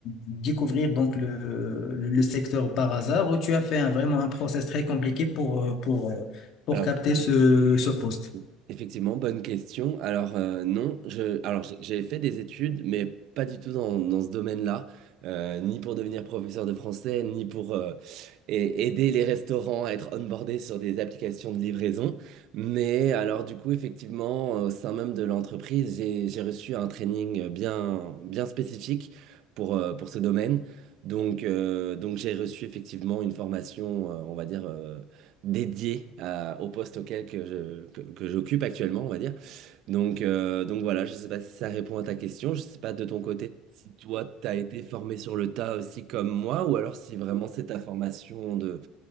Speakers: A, on the left (about 45°); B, on the right (about 55°).
A: découvrir donc le, le, le secteur par hasard ou tu as fait un- vraiment un process très compliqué pour, euh, pour, euh, pour
B: Alors,
A: capter ce, ce
B: Bonne
A: poste?
B: question. Effectivement, bonne question. Alors, euh, non, je, alors j'ai j'ai fait des études, mais pas du tout dans, dans ce domaine-là, euh, ni pour devenir professeur de français, ni pour euh, a- aider les restaurants à être onboardés sur des applications de livraison. Mais alors, du coup, effectivement, au sein même de l'entreprise, j'ai, j'ai reçu un training bien, bien spécifique pour, euh, pour ce domaine. Donc, euh, donc j'ai reçu effectivement une formation, euh, on va dire, euh, dédié à- au poste auquel que je, que, que j'occupe actuellement, on va dire. Donc, euh, donc voilà, je ne sais pas si ça répond à ta question. Je ne sais pas de ton côté si toi, tu as été formé sur le tas aussi comme moi, ou alors si vraiment c'est ta formation de,